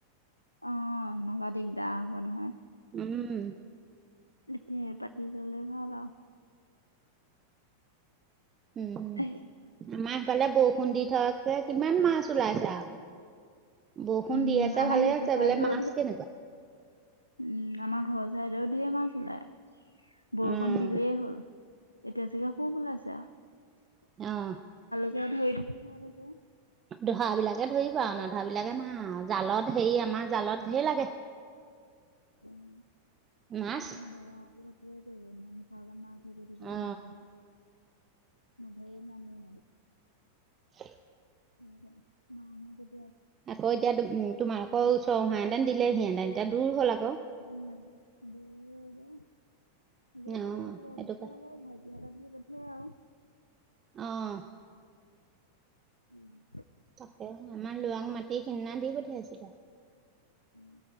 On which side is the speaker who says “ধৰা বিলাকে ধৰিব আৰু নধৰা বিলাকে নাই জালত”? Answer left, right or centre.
Right